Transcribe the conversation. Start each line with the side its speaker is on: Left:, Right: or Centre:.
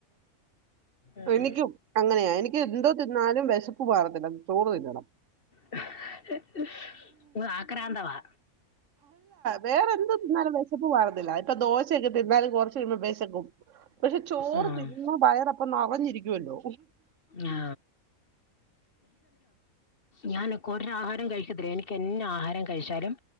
Left: ഉം.
Right: അത എനിക്കും അങ്ങനെയാ എനിക്ക് എന്തോ തിന്നാലും വിശ മാറത്തില്ല ചോറ് തിന്നണം
Left: <inaudible> <inaudible> ഇത് ആക്രാന്തവാ
Right: വേറെന്ത് തിന്നാലും വിശപ്പ് മാറില്ല ഇപ്പ ദോശഒക്കെ തിന്നാലും കുറച്ച് കഴിയുമ്പോൾ വിശക്കു പക്ഷെ ചോറ്
Left: ഉം.
Right: തിന്നാ വയറപ്പം നറാഞ്ഞിരിക്കുമല്ലോ
Left: ആ. ഞാനൊക്കെ ഒര് ആഹാരം കഴിക്കത്തില്ല എനിക്ക് എന്ന ആഹാരം കഴിച്ചാലും